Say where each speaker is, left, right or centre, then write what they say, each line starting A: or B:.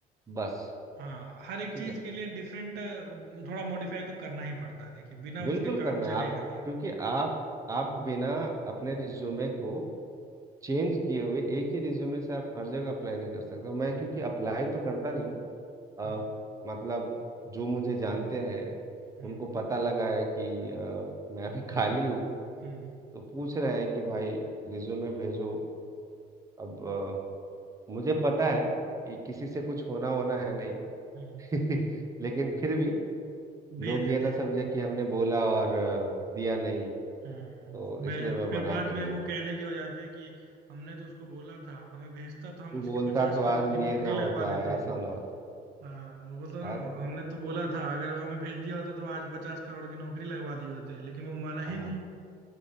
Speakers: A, on the right (about 20°); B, on the right (about 80°).
A: बस
B: हाँ हर एक
A: ठीक
B: चीज
A: है
B: के लिए डिफरेंट थोड़ा मॉडिफाई तो करना ही पड़ता है देखिए बिना
A: बिल्कुल
B: उसके काम
A: करना है
B: चलेगा
A: आप
B: नहीं
A: क्योंकि आप आप बिना अपने रिज्यूमे को चेंज किए हुए एक ही रिज्यूमे से आप हर जगह अप्लाई नहीं कर सकते हो। मैं
B: हम्म
A: क्योंकि अप्लाई तो करता नहीं हूँ अ,
B: हम्म
A: मतलब जो मुझे जानते हैं
B: हम्म
A: उनको पता लगा है कि अ, मैं अभी खाली हूँ
B: हम्म
A: तो पूछ रहे हैं कि भाई रिज्यूमे भेजो अब अ, मुझे पता है कि किसी से कुछ होना होना है नहीं
B: हम्म।
A: <laughs> लेकिन फिर भी लोग
B: भेज देते
A: ये ना समझे
B: हैं
A: कि हमने बोला और अ, दिया नहीं
B: हम्म
A: तो
B: मैं
A: इसलिए मैं
B: फिर
A: बना
B: बाद
A: के
B: में
A: भेज
B: वो
A: रहा
B: कहने
A: हूँ
B: के हो जाते हैं कि हमने तो उसको बोला था हमें भेजता तो हम
A: तू
B: उसकी
A: बोलता
B: पचास
A: तो
B: करोड़
A: आज
B: की
A: ये
B: नौकरी
A: ना
B: लगवा
A: होता
B: देते
A: ऐसा ना होता
B: हाँ मैं बोलता ना
A: अरे
B: हमने
A: बहुत
B: तो बोला था अगर वो हमें भेज दिया होता तो आज पचास करोड़ की नौकरी लगवा दी होते लेकिन वो माना ही
A: हाँ
B: नहीं।